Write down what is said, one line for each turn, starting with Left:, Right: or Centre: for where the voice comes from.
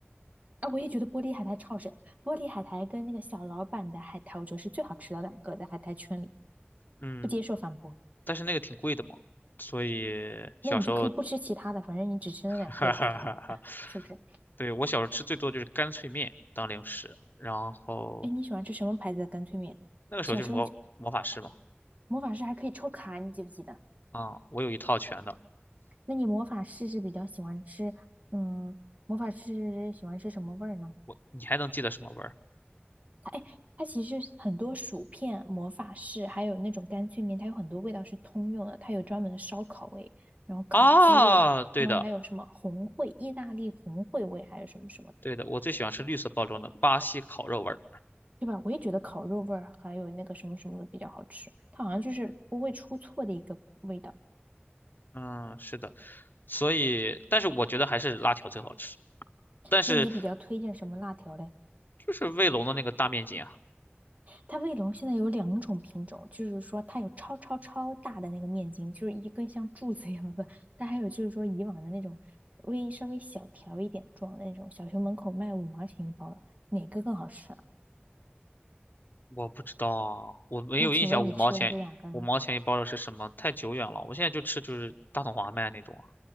Right: 啊，我也觉得玻璃海苔超好吃，玻璃海苔跟那个小老板的海苔，我觉得是最好吃的两个，在海苔圈里
Left: 嗯，
Right: 不接受反驳。
Left: 但是那个挺贵的嘛。所以小时候
Right: 那你就可以不吃其他的，反正你只吃那两个也可以啊，
Left: 哈哈哈哈！
Right: 是不是？
Left: 对，我小时候吃最多就是干脆面当零食，然后
Right: 哎，你喜欢吃什么牌子的干脆面？
Left: 那个时候就是魔魔法师嘛，
Right: 小时候魔法师还可以抽卡，你记不记得？
Left: 啊，我有一套全的，
Right: 那你魔法师是比较喜欢吃，嗯，魔法师喜欢吃什么味儿呢？
Left: 你还能记得什么味儿？
Right: 它哎，它其实很多薯片、魔法士，还有那种干脆面，它有很多味道是通用的。它有专门的烧烤味，然后烤鸡味，
Left: 啊，对的，
Right: 然后还有什么红烩、意大利红烩味，还有什么什么的，
Left: 对的，我最喜欢吃绿色包装的巴西烤肉味儿。
Right: 对吧？我也觉得烤肉味儿还有那个什么什么的比较好吃，它好像就是不会出错的一个味道。
Left: 嗯，是的，所以，但是我觉得还是辣条最好吃，但是
Right: 那你比较推荐什么辣条嘞？
Left: 就是卫龙的那个大面筋啊，
Right: 它卫龙现在有两种品种，就是说它有超超超大的那个面筋，就是一根像柱子一样的，但还有就是说以往的那种微稍微小条一点状的那种，小学门口卖五毛钱一包的，哪个更好吃啊？
Left: 我不知道，我没有印象五毛钱五毛钱一包的是什么，
Right: 那请问你吃的是哪个呢？
Left: 太久远了，我现在就吃就是大统华卖那种